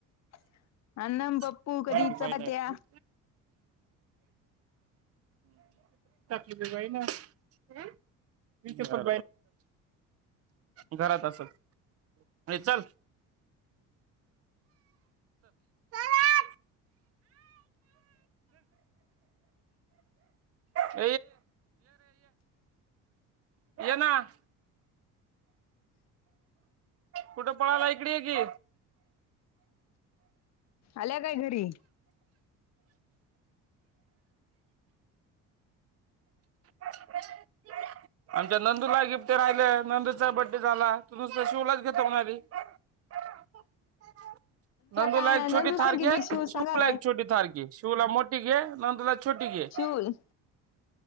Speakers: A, on the left; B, on the right.
A: <inaudible>
B: थँक
A: चपात्या
B: यू <inaudible> <inaudible> <inaudible> घरात असलं ए चलं. <inaudible> <inaudible> ये ना. कुठे पळाला इकडे ये की.
A: आल्या कायं घरी.
B: <inaudible> आमच्या नंदूला गिफ्ट राहिले नंदूचा बडे झाला तु नुसतं शिवलाच घेतो म्हणाली. <inaudible> नंदूला
A: काय
B: एक
A: नाही
B: छोटी
A: नंदू सांगितली
B: थार घे
A: शिव
B: शिवला
A: सांगालाय
B: एक छोटी थार घे शिवला मोठी घे नंदूला- छोटी घे. <inaudible>
A: शिव